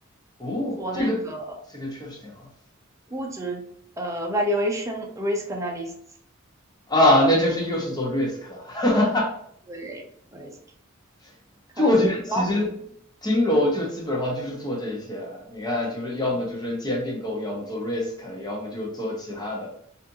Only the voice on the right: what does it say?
做那个
估值呃 valuation risk analyst，
对 risk，
cost l 然后
嗯